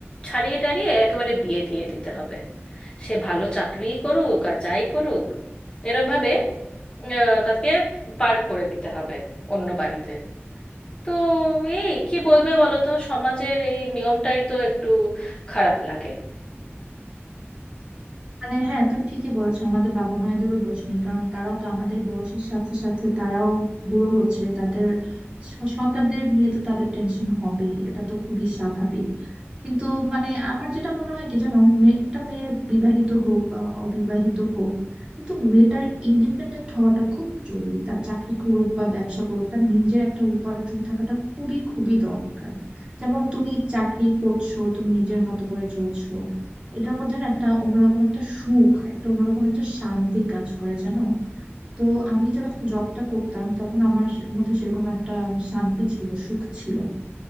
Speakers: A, on the left; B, on the right.
A: ছাড়িয়ে টাড়িয়ে একেবারে বিয়ে দিয়ে দিতে হবে সে ভালো চাকরিই করুক আর যাই করুক এরম ভাবে আহ, তাকে পার করে দিতে হবে অন্য বাড়িতে তো এই কি বলবে বলো তো সমাজের এই নিয়মটাই তো একটু খারাপ লাগে
B: মানে হ্যাঁ তুমি ঠিকই বলেছো আমাদের বাবা মায়েদেরও দোষ নেই কারণ তারাও তো আমাদের বয়সের সাথে সাথে তারাও বুড়ো হচ্ছে তাদের স- সন্তানদের নিয়ে তো তাদের টেনশন হবেই এটা তো খুবই স্বাভাবিক কিন্তু মানে আমার যেটা মনে হয় কি জানো মেয়ে- একটা মেয়ে বিবাহিত হোক বা অবিবাহিত হোক কিন্তু মেয়েটার ইন্ডিপেন্ডেন্ট হওয়াটা খুব জরুরি তার চাকরি করুক বা ব্যবসা করুক তার নিজের একটা উপার্জন থাকাটা খুবই খুবই দরকার যেমন তুমি চাকরি করছো তুমি নিজের মতো করে চলছো এটার মধ্যে না একটা অন্যরকম একটা সুখ একটা অন্যরকম একটা শান্তি কাজ করে জানো তো আমি যখন জবটা করতাম তখন আমার মধ্যে সেরকম একটা শান্তি ছিল সুখ ছিল